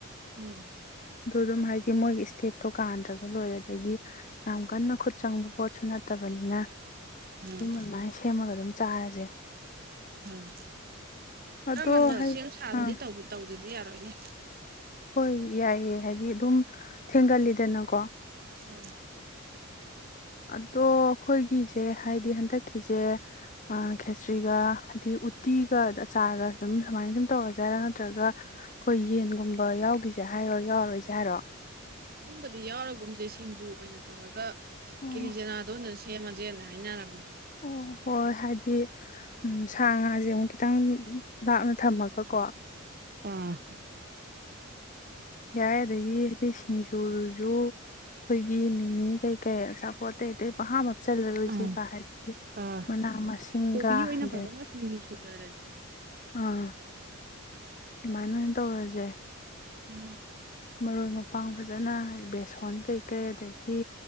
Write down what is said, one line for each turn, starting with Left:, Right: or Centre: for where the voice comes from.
Right: ꯎꯝ
Left: ꯑꯗꯨ ꯑꯗꯨꯝ ꯍꯥꯏꯗꯤ ꯃꯣꯏꯒꯤ ꯏꯁꯇꯦꯞꯇꯣ ꯀꯥꯟꯗ꯭ꯔꯒ ꯂꯣꯏꯔꯦꯗꯒꯤ ꯌꯥꯝ ꯀꯟꯅ ꯈꯨꯠ ꯆꯪꯕ ꯄꯣꯠꯁꯨ ꯅꯠꯇ ꯠꯇꯕꯅꯤꯅ
Right: ꯎꯝ
Left: ꯊ ꯃꯥꯥꯏꯁꯌꯥꯃꯒ ꯑꯗꯨ ꯆꯥꯔꯁꯦ
Right: ꯎꯝ ꯈꯔ
Left: ꯑꯗꯣ
Right: ꯉꯟꯅ
Left: ꯍꯩ
Right: ꯁꯦꯝ ꯁꯥꯗꯗꯤ
Left: ꯑꯥ
Right: ꯇ ꯇꯧꯗ ꯑꯗꯨꯗꯤ ꯌꯥꯔꯣꯏꯅꯦ
Left: ꯍꯣꯏ ꯌꯥꯏꯌꯦ ꯍꯥꯏꯗꯤ ꯑꯗꯨꯝ ꯊꯦꯡꯒꯜꯂꯤꯗꯅꯀꯣ
Right: ꯑ
Left: ꯑꯗꯣ ꯑꯩꯈꯣꯏꯒꯤꯁꯦ ꯍꯥꯏꯗꯤ ꯍꯟꯗꯛꯀꯤꯁꯦ ꯈꯦꯆ꯭ꯔꯤꯒ ꯍꯥꯏꯗꯤ ꯎꯠꯇꯤꯒ ꯑ ꯆꯥꯔꯒ ꯑꯗꯨꯝ ꯁꯨꯃꯥꯏꯅ ꯁꯨꯝ ꯇꯧꯔꯁ ꯍꯥꯏꯔꯣ ꯅꯠꯇ꯭ꯔꯒ ꯑꯩꯈꯣꯏ ꯌꯦꯟꯒꯨꯝꯕ ꯌꯥꯎꯒꯤꯁꯦ ꯍꯥꯏꯔꯣ ꯌꯥꯎꯔꯔꯣꯏꯁꯦ ꯍꯥꯏꯔꯣ
Right: ꯑꯗꯨꯝꯕꯗꯤ ꯌꯥꯎꯔꯒꯨꯝꯁꯦ ꯁꯤꯡꯖꯨ ꯑꯣꯏꯅ ꯇꯧꯔꯒ
Left: ꯑꯣ
Right: ꯀꯂꯤꯖꯅꯥꯗꯣꯅꯁꯤ ꯆꯦꯃꯁꯦꯅ ꯍꯥꯏꯅꯔꯕꯅꯦ
Left: ꯑꯣ ꯍꯣꯏ ꯍꯥꯏꯗꯤ ꯎꯝ ꯁꯥ ꯉꯥꯁꯦ ꯑꯃꯨꯛ ꯈꯤꯇꯪ ꯂꯥꯞꯅ ꯊꯝꯃꯒꯀꯣ
Right: ꯎꯝ
Left: ꯌꯥꯏ ꯑꯗꯨꯗꯒꯤ ꯍꯥꯏꯗꯤ ꯁꯤꯡꯖꯨꯗꯨꯁꯨ ꯑꯩꯈꯣꯏꯒꯤ ꯃꯤꯃꯤ ꯀꯩꯀꯩ ꯑꯆꯥꯄꯣꯠ ꯑꯇꯩ ꯑꯇꯩ ꯑꯥ ꯆꯠꯂꯔꯣꯏꯁꯦꯕ
Right: ꯑꯥ
Left: ꯍꯥꯏꯗꯤ
Right: ꯑꯥ
Left: ꯃꯅꯥ ꯃꯁꯤꯡꯒꯦꯟ
Right: ꯀꯣꯕꯤ ꯑꯣꯏꯅ ꯐꯖꯅ ꯁꯤꯡꯖꯨ ꯁꯨꯊꯔꯁꯤ
Left: ꯑꯥ ꯑꯗꯨꯃꯥꯏꯅ ꯑꯣꯏꯅ ꯇꯧꯔꯁꯦ
Right: ꯎꯝ
Left: ꯃꯔꯣꯏ ꯃꯄꯥꯡ ꯐꯖꯅ ꯕꯦꯁꯣꯟ ꯀꯩꯀꯩ ꯑꯗꯒꯤ